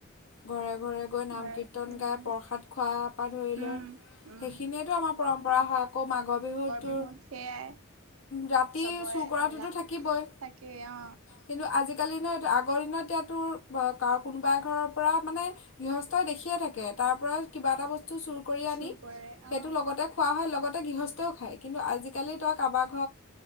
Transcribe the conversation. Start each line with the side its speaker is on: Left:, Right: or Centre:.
Left: ঘৰে ঘৰে গৈ নাম
Right: ঘৰে
Left: কীৰ্তন গাই
Right: নাম
Left: প্ৰসাদ খোৱা পৰা ধৰি লয়
Right: উম উম
Left: সেইখিনিয়েটো আমাৰ পৰম্পৰা
Right: উম
Left: হয় আকৌ মাঘৰ বিহুতো।
Right: বিহুত সেয়াই
Left: ৰাতি
Right: চবৰে
Left: চুৰ কৰাতো
Right: উল্লাহ
Left: থাকিবই
Right: থাকে অ
Left: কিন্তু আজিকালি ন। আগৰ দিনত এতিয়াতোৰ কাৰ কোনোবাই ঘৰৰ পৰা মানে গৃহস্থই দেখিয়ে থাকে তাৰ পৰা কিবা এটা বস্তু। চুৰ কৰি
Right: চুৰ
Left: আনি
Right: কৰে
Left: সেইটো
Right: অ
Left: লগতে খোৱা হয় লগতে গৃহস্থও খায়। কিন্তু আজিকালি ত কাবাৰ।